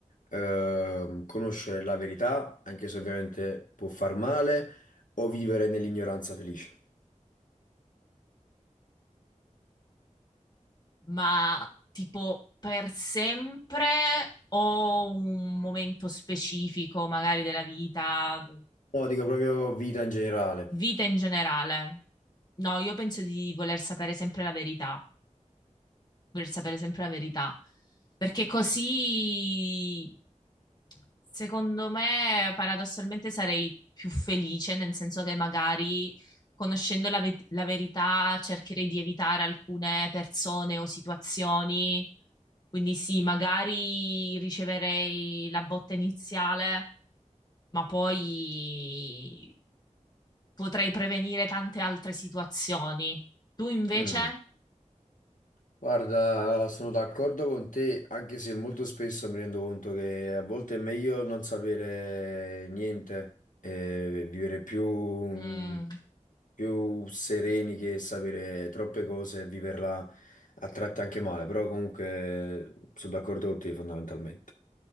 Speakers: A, on the left; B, on the left.
A: ehm, conoscere la verità, anche se ovviamente può far male, o vivere nell'ignoranza felice?
B: ma tipo per sempre o un momento specifico, magari della vita,
A: No, dico proprio vita in generale.
B: vita in generale? No, io penso di voler sapere sempre la verità voler sapere sempre la verità, perché così, secondo me, paradossalmente sarei più felice, nel senso che magari conoscendo la, ve- la verità cercherei di evitare alcune persone o situazioni. Quindi sì, magari riceverei la botta iniziale, ma poi potrei prevenire tante altre situazioni. Tu invece?
A: Mm. Guarda, sono d'accordo con te, anche se molto spesso mi rendo conto che a volte è meglio non sapere niente e vivere più, mm,
B: Mm.
A: più sereni che sapere troppe cose e viverla a tratti anche male, però comunque sono d'accordo con te fondamentalmente.